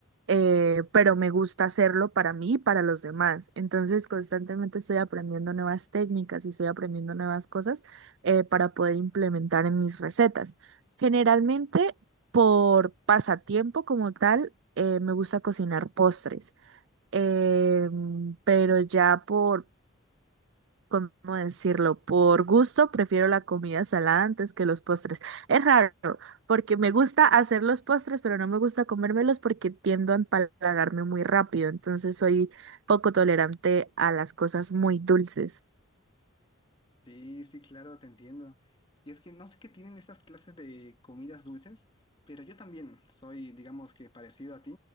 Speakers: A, on the right (about 60°); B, on the left (about 25°).
A: eh, pero me gusta hacerlo para mí y para los demás. Entonces constantemente estoy aprendiendo nuevas técnicas y estoy aprendiendo nuevas cosas eh, para poder implementar en mis recetas. Generalmente por pasatiempo como tal, eh, me gusta cocinar postres, em, pero ya por ¿cómo decirlo? Por gusto prefiero la comida salada antes que los postres. Es raro, porque me gusta hacer los postres, pero no me gusta comérmelos porque tiendo a empalagarme muy rápido. Entonces soy poco tolerante a las cosas muy dulces.
B: Sí, sí, claro, te entiendo. Y es que no sé qué tienen estas clases de comidas dulces, pero yo también soy, digamos que parecido a ti,